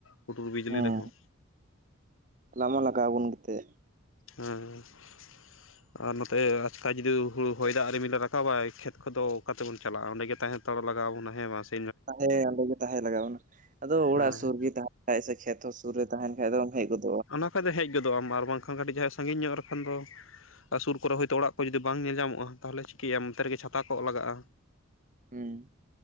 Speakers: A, on the left; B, on the right.
A: ᱦᱩᱰᱩᱨ ᱵᱤᱡᱽᱞᱤ
B: ᱦᱮᱸ
A: ᱨᱮᱦᱚᱸ।
B: ᱪᱟᱞᱟᱜ ᱢᱟ ᱞᱟᱜᱟᱣ ᱟᱵᱚᱱ ᱜᱮᱛᱮ।
A: ᱦᱮᱸ। ᱟᱨ ᱱᱚᱛᱮ ᱟᱪᱠᱟ ᱡᱩᱫᱤ ᱦᱩᱲᱩ ᱦᱚᱭ ᱫᱟᱜ ᱨᱤᱢᱤᱞᱮ ᱨᱟᱠᱟᱵᱟᱭ ᱠᱷᱮᱛ ᱠᱚᱫᱚ ᱚᱠᱟ ᱛᱮᱵᱚᱱ ᱪᱟᱞᱟᱜᱼᱟ ᱚᱸᱰᱮ ᱜᱮ ᱛᱟᱦᱮᱸᱼᱼ ᱦᱟᱛᱟᱲ ᱞᱟᱜᱟᱣ ᱟᱵᱚᱱᱟ ᱦᱮᱸ ᱵᱟᱝ ᱥᱮ।
B: ᱛᱟᱦᱮᱸ ᱚᱸᱰᱮ ᱜᱮ ᱛᱟᱦᱮᱸ ᱞᱟᱜᱟᱣ ᱟᱵᱚᱱᱟ ᱟᱫᱚ ᱚᱲᱟᱜ
A: ᱦᱮᱸ
B: ᱥᱩᱨᱜᱮ ᱛᱟᱦᱮᱸ ᱠᱷᱮᱛ ᱦᱚᱸ ᱥᱩᱨ ᱨᱮ ᱛᱟᱦᱮᱱ ᱠᱷᱟᱡ ᱫᱚ ᱦᱮᱡ ᱜᱚᱫᱚᱜ
A: ᱚᱱᱟ ᱠᱷᱟᱡ ᱫᱚ ᱦᱮᱡ ᱜᱚᱫᱚᱜ ᱟᱢ ᱟᱨ ᱵᱟᱝᱠᱷᱟᱱ ᱠᱟᱹᱴᱤᱡ ᱡᱟᱦᱟᱸᱭ ᱥᱟᱺᱜᱤᱧ ᱧᱚᱜ ᱨᱮᱠᱷᱟᱱ ᱫᱚ ᱟᱨ ᱥᱩᱨ ᱠᱚᱨᱮ ᱦᱚᱭᱛᱳ ᱚᱲᱟᱜ ᱠᱚ ᱡᱩᱫᱤ ᱵᱟᱝ ᱧᱮᱞ ᱧᱟᱢᱚᱜᱼᱟ ᱛᱟᱦᱚᱞᱮ ᱪᱤᱠᱟᱹᱭᱟᱢ ᱚᱱᱛᱮ ᱨᱮᱜᱮ ᱪᱷᱟᱛᱟ ᱠᱚᱜ ᱞᱟᱜᱟᱜᱼᱟ᱾
B: ᱦᱩᱸ